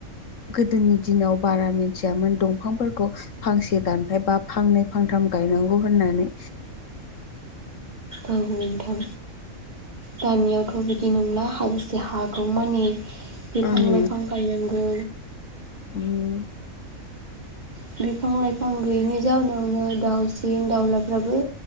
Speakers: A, on the left (about 65°); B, on the right (about 30°).
A: गोदोनि दिनाव बारा मिथियामोन दंफांफोरखौ फांसे दानफायबा फांनै फांथाम गायनांगौ होननानै
B: औ नोंथां दानियावथ बिदि नंला हाजासे हागौमानि बिफां
A: उम
B: लाइफां गायनांगौ
A: उम
B: बिफां लाइफां गैयैनि जाउनावनो दाउसिन दाउलाफ्राबो